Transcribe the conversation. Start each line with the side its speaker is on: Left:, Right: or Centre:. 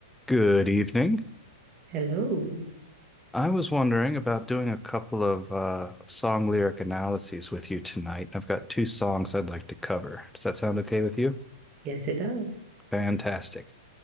Centre: Good evening.
Right: Hello.
Centre: I was wondering about doing a couple of uh, song lyric analyses with you tonight. I've got two songs I'd like to cover. Does that sound okay with you?
Right: Yes, it does.
Centre: Fantastic.